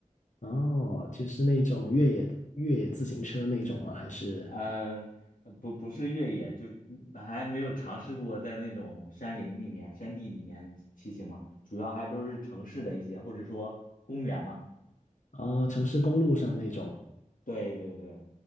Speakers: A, on the left; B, on the left.
A: 哦，就是那种越野越野自行车那种吗？还是
B: 呃，呃不不是越野，就嗯还没有尝试过在那种山林里面、山地里面骑行嘛，主要还都是城市的一些，或者说公园嘛。
A: 哦城市公路上那种？
B: 对对对，